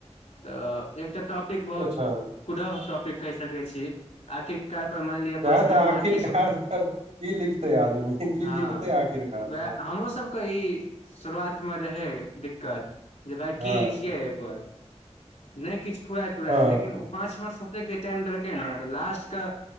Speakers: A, on the left; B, on the right.
A: तऽ एकटा टॉपिक बहुत
B: अच्छा
A: कुढ़ब टॉपिक कहि सकै छी, आखिर काल पर मानि लिअ
B: सएह
A: पाँच मिनटमे
B: तऽ आखिरकार
A: अहांँके
B: की लिखतै आदमी की
A: हँ
B: लिखतै आखिरकार में।
A: वएह हमरो सबके ई शुरुआत मे रहै दिक्कत। जे भाइ
B: हँ
A: की लिखियै एऽ पर, नै किछ फुराय तुराय
B: हँ
A: लेकिन ओ पाँच सं एतेक जे टाइम देलकै ने, तऽ लास्ट के